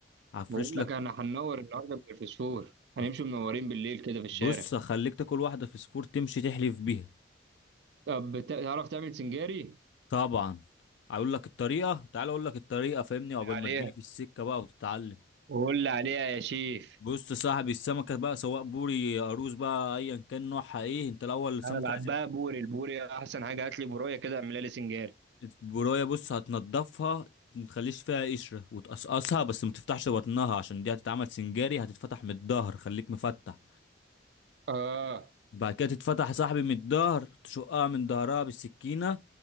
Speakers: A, on the left; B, on the right.
A: هفرش
B: بقول لك
A: لك
B: انا هننور النهارده من الفسفور هنمشي
A: هف-
B: منورين بالليل كده في الشارع
A: بص هخليك تاكل واحده فسفور تمشي تحلف بيها
B: طب بت- تعرف تعمل سنجاري
A: طبعا هقول لك الطريقه تعال اقول لك الطريقه فاهمني عقبال ما
B: عليها
A: تجيلي في السكه بقى وتتعلم
B: قول لي عليها يا شيف
A: بص يا صاحبي السمكه بقى سواء بوري قاروص بقى ايا كان نوعها ايه انت الاول السمكه
B: انا بحبها
A: لازم
B: بوري البوري احسن حاجه هات لي بوريه كده اعملها لي سنجاري
A: البرويه بص هتنضفها متخليش فيها قشرة وتقصقصها بس ما تفتحش بطنها عشان دي هتتعمل سنجاري هتتفتح من الظهر خليك مفتح
B: اه
A: بعد كده تتفتح يا صاحبي من الظهر تشقها من ظهرها بالسكينة